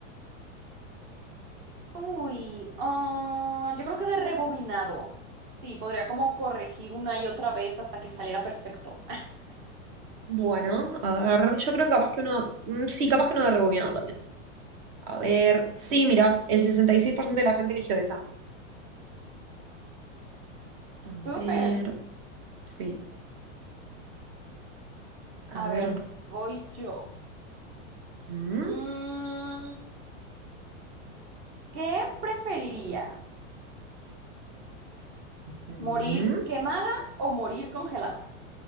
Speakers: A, on the right; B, on the right.
A: Uy, ah, yo creo que de rebobinado. Sí, podría como corregir una y otra vez hasta que saliera perfecto. <laughs>
B: Bueno, a ver, yo creo que capaz que uno, mm, sí, capaz que uno de rebobinado también. A ver, sí, mira, el 66% de la gente eligió esa. A
A: Súper.
B: ver, sí, a
A: A
B: ver.
A: ver, voy yo.
B: mm.
A: Mm, ¿qué preferirías?
B: Ujú.
A: ¿Morir quemada o morir congelada?